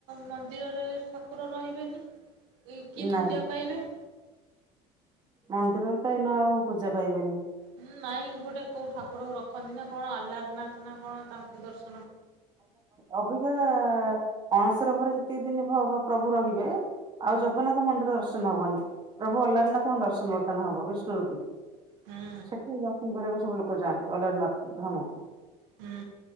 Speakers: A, on the right (about 85°); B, on the right (about 30°).
A: ମନ୍ଦିରରେ ଠାକୁର ରହିବେନି। ଏ କିଏ
B: ନାଇଁ
A: ପୂଜା ପାଇବେ।
B: ମନ୍ଦିରରେ ତ ଏଇନା ଆଉ ପୂଜା ପାଇବେନି।
A: ହଁ ନାଇଁ ଗୋଟେ କୋଉ ଠାକୁରକୁ ରଖନ୍ତି ନା କଣ ଆହ୍ଲାର ନାଥ ନା କଣ ତାଙ୍କୁ ଦର୍ଶ
B: ଅବିକା ଅଣସର ଘରେ ଯେତିକି ଦିନ ପ୍ରଭୁ ରହିବେ ଆଉ ଜଗନ୍ନାଥ ମନ୍ଦିର ଦର୍ଶନ ହବନି ପ୍ରଭୁ ଅଲାରୀନାଥ ଦର୍ଶନ ବର୍ତ୍ତନ ହବ ବିଷ୍ଣୁ ରୁ କି
A: ହୁଁ
B: ସେଠି ଦର୍ଶନ କରିବାକୁ ସବୁ ଲୋକ ଯାଆନ୍ତି ଅଲାରନାଥ ଧାମକୁ
A: ହୁଁ